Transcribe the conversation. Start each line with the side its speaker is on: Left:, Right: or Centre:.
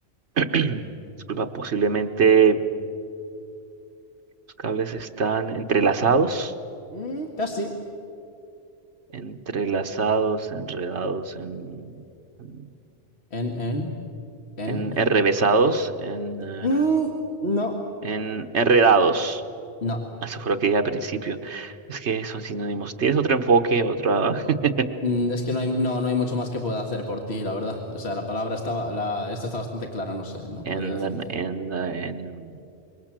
Right: <clears throat> disculpa, posiblemente los cables están entrelazados.
Left: Mm, casi.
Right: entrelazados, enredados, en, en,
Left: En, en, en.
Right: en- enrevesados, en, eh,
Left: Mm, no,
Right: en enredados.
Left: no.
Right: Eso fue lo que dije al principio. Es que son sinónimos. Tienes otro enfoque, otra <laughs>
Left: Mm, Es que no hay, no, no hay mucho más que pueda hacer por ti, la verdad. O sea, la palabra estaba, la, esta está bastante clara, no sé, no podría
Right: en,
Left: decirte.
Right: en, en-